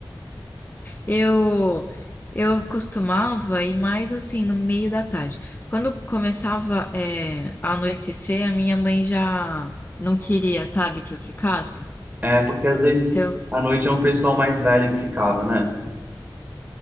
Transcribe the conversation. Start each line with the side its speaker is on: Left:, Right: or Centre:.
Left: Eu eu costumava ir mais assim no meio da tarde. Quando começava é, a anoitecer, a minha mãe já não queria, sabe, que eu ficasse.
Right: É, porque às vezes
Left: Então
Right: à noite é um pessoal mais velho que ficava, né?